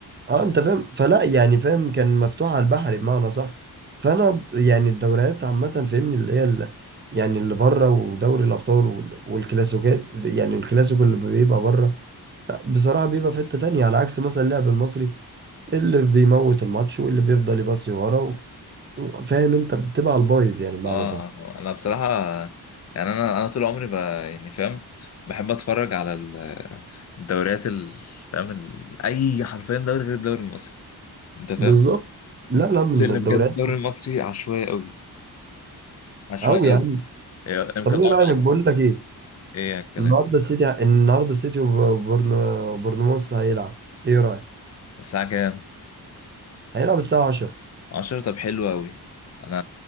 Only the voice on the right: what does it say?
اه انت فاهم فلا يعني فاهم كان مفتوح على البحر بمعنى صح فانا ب- يعني الدوريات عامه فاهمني اللي هي اللي يعني اللي بره ودوري الابطال وال- والكلاسيكات يعني الكلاسيكو اللي بيبقى بره لا بصراحه بيبقى في حته تانية على عكس مثلا اللاعب المصري اللي بيموت الماتش واللي بيفضل يباصي ورا و- و- فاهم انت بتبقى على البايظ يعني بمعنى
صح
بالظبط لا لا من
الدوريات
قوي
يعني
طب
ايه رايك بقول لك ايه
النهارده السيتي النهارده السيتي وبورنو بورنموث هيلعب ايه رايك
هيلعب الساعة 10